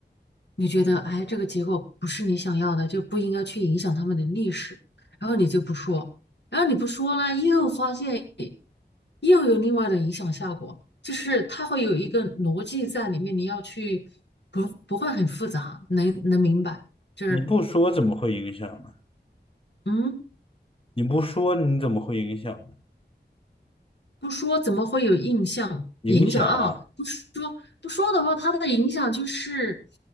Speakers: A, on the left (about 70°); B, on the left (about 30°).
A: 你觉得哎，这个结果不是你想要的，就不应该去影响他们的历史，然后你就不说，然后你不说呢，又发现又有另外的影响效果，就是它会有一个逻辑在里面，你要去不不会很复杂，能能明白，就是
B: 你不说怎么会影响呢？
A: 嗯。
B: 你不说你怎么会影响呢？
A: 不说怎么会有印象影响啊？
B: 影响啊！
A: 不说不说的话，它的影响就是，